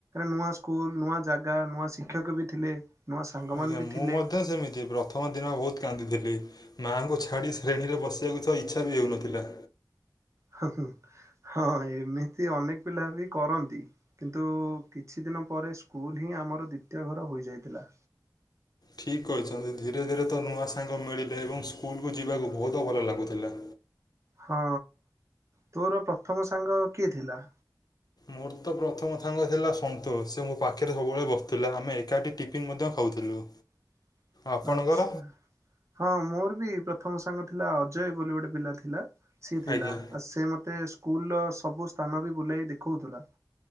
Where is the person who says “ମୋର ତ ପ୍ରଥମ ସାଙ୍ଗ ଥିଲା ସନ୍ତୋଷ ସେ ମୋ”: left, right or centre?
Left